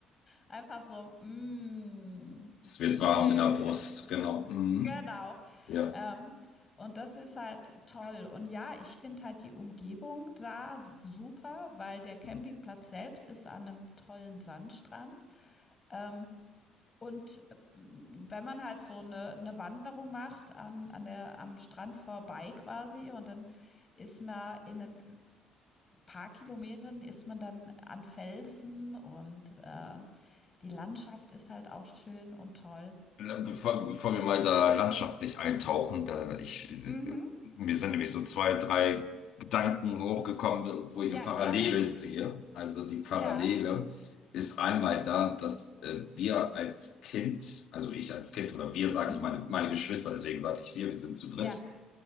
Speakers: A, on the left; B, on the left.
A: einfach so, mm,
B: Es
A: schön,
B: wird warm in der Brust, genau. Mhm.
A: <laughs> genau.
B: Ja.
A: Ähm, und das ist halt toll. Und ja, ich finde halt die Umgebung da super, weil der Campingplatz
B: Mhm.
A: selbst ist an einem tollen Sandstrand. Ähm, Und äh, wenn man halt so eine, eine Wanderung macht an, an der, am Strand vorbei quasi und dann ist man in ein paar Kilometern ist man dann an Felsen und äh, die Landschaft ist halt auch schön und toll.
B: Bevor, bevor wir mal da landschaftlich eintauchen, da ich,
A: Mhm.
B: mir sind nämlich so zwei, drei Gedanken hochgekommen, wo
A: Ja,
B: ich eine Parallele
A: gerne.
B: sehe. Also die Parallele
A: Ja.
B: ist einmal da, dass äh, wir als Kind, also ich als Kind oder wir, sage
A: Mhm.
B: ich meine, meine Geschwister, deswegen sage ich wir, wir sind zu dritt.
A: Ja.